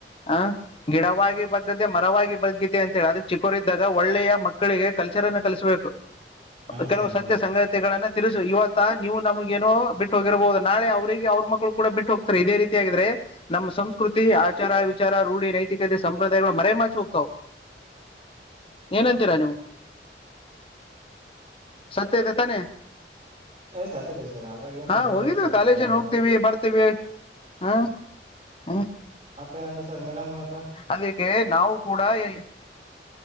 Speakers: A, on the left; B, on the right.
A: ಹ ಗಿಡವ ಬಗ್ಗದ್ದು ಮರವಾಗಿ ಬಗ್ಗಿತೆ ಅಂತ ಹೇಳಿ ಅದಕ್ಕೆ ಚಿಕ್ಕೋರಿದ್ದಾಗ ಒಳ್ಳೆಯ ಮಕ್ಕಳಿಗೆ ಕಲ್ಚರ್ನ್ನ ಕಲಿಸಬೇಕು.
B: ಹೌದ್
A: ಕೆಲವು
B: ಸರ್ ಹೌದು
A: ಸತ್ಯ ಸಂಗತಿಗಳನ್ನ. ತಿರುಸು ಇವತ್ತ ನೀವು ನಮಗೇನೋ ಬಿಟ್ಟು ಹೋಗಿರಬಹುದು ನಾಳೆ ಅವ್ರರಿಗೆ ಅವ್ರ ಮಕ್ಕಳು ಕೂಡ ಬಿಟ್ಟು ಹೋಗತಾರೆ ಇದೇ ರೀತಿಯಗ್ರೆ. ನಮ್ಮ ಸಂಸ್ಕೃತಿ ಆಚಾರ ವಿಚಾರ ರೂಢಿ ನೈತಿಕತೆ ಸಂಭಂಧಗಳು ಮರಮಚಿ ಹೋಗ್ತಾವ ಏನಂತೀರಾ ನೀವು? ಸತ್ಯ ಇದೆ ತಾನೇ?
B: ಏ ಸತ್ಯದೆ ಸರ್ ಅದ್ರಾಗ ಏನ
A: ಹಾ
B: ನೋ
A: ಹೋಗಿದ್ವಿ
B: ಡೌಟ್ ಸರ್
A: ಕಾಲೇಜನ್
B: ಎರಡು ಮಾತಿಲ್ಲ
A: ಹೋಗ್ತೀವಿ ಬರ್ತೀವಿ. ಹಾ ಹ.
B: ಮತ್ತೇನಂದ್ರೆ ಸರ್ ಮೇಡಮ್ ಇವತ್ತ.
A: ಅದಕ್ಕೆ ನಾವು ಕೂಡ ಎ